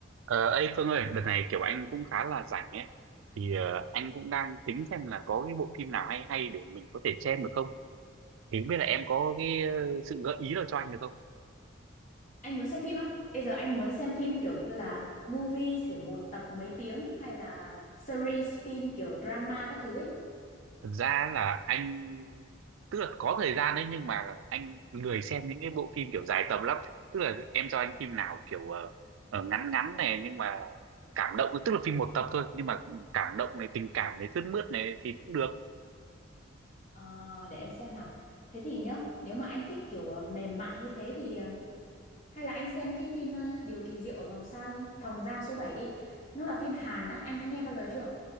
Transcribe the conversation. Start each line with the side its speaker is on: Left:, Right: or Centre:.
Right: Ờ, ấy Phương ơi, đợt này kiểu anh cũng khá là rảnh ấy, thì ờ, anh cũng đang tính xem là có cái bộ phim nào hay hay để mình có thể xem được không? Thì không biết là em có cái ờ, sự gợi ý nào cho anh được không?
Left: Anh muốn xem phim á? Bây giờ anh muốn xem phim kiểu như là movie kiểu một tập mấy tiếng hay là series phim kiểu drama các thứ ấy.
Right: Thật ra là anh, tức là có thời gian đấy nhưng mà anh lười xem những cái bộ phim kiểu dài tầm lắm. Tức là em cho anh phim nào kiểu ờ, ờ, ngắn ngắn này nhưng mà cảm động, tức là phim một tập thôi nhưng mà ừ, cảm động này, tình cảm này, sướt mướt này thì cũng được.
Left: Ờ, để em xem nào. Thế thì nhá, nếu mà anh thích kiểu ờ, mềm mại như thế thì ờ, hay là anh xem cái phim ờ, Điều kỳ diệu ở vòng giam phòng giam số bảy đi. Nó là phim Hàn á, anh đã nghe bao giờ chưa?